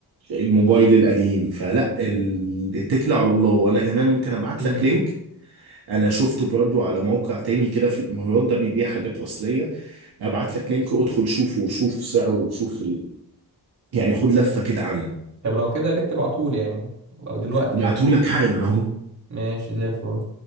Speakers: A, on the right; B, on the right.
A: الموبايل القديم فلا ال- اتكل على الله وانا كمان ممكن ابعت
B: امم
A: لك لينك انا شفته برضو على موقع تاني كده في الامارات ده بيبيع حاجات اصلية ابعت لك لينك وادخل شوفه وشوف سعره وشوف ال... يعني خد لفة كده عنه
B: طب لو كده يا ريت تبعتولي يعني لو دلوقتي
A: ابعتهولك
B: يعني
A: حالا اهو
B: ماشي زي الفل